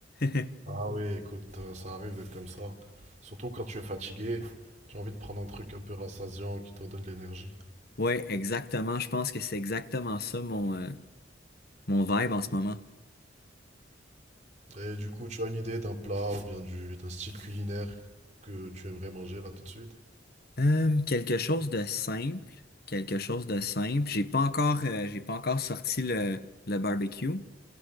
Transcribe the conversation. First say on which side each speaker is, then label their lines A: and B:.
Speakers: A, on the left; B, on the right.
A: <laughs>
B: Ah oui, écoute, euh, ça arrive d'être comme ça. Surtout quand tu es fatigué, tu as envie de prendre un truc un peu rassasiant qui te donne de l'énergie.
A: Ouais, exactement. Je pense que c'est exactement ça mon, euh, mon vibe en ce moment.
B: Et du coup, tu as une idée d'un plat ou bien du, d'un style culinaire que tu aimerais manger là tout de suite?
A: Euh, quelque chose de simple. Quelque chose de simple. J'ai pas encore, euh, j'ai pas encore sorti le, le barbecue.